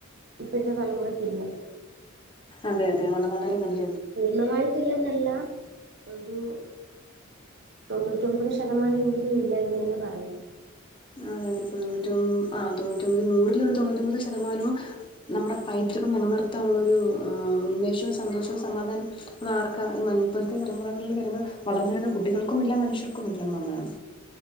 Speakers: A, on the right (about 50°); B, on the left (about 25°).
A: ഇപ്പോഴത്തെ തലമുറയ്ക്കില്ല
B: അതെ അതെ വള വളരെ നല്ല
A: പൂർണമായിട്ടില്ലെന്നല്ല ഒരു തൊണ്ണൂറ്റൊമ്പത് ശതമാനം എങ്കിലും ഇല്ല എന്ന്എന്നെ പറയാം
B: അതെ അതെ ഇപ്പൊ തൊണ്ണൂ ആ തൊണ്ണൂറ്റൊമ്പത് നൂറിൽ ഒരു തൊണ്ണൂറ്റി ഒമ്പത് ശതമാനവും നമ്മുടെ പൈതൃകം നിലനിർത്താനുള്ളൊരു ഉന്മേഷവും സന്തോഷവും സമാധാനവും അത് ആർക്കാ ഈ <unintelligible> തലമുറകളിൽ വരുന്ന വളർന്ന് വരുന്ന കുട്ടികൾക്കുമില്ല മനുഷ്യർക്കുമില്ല എന്നുള്ളതാണ്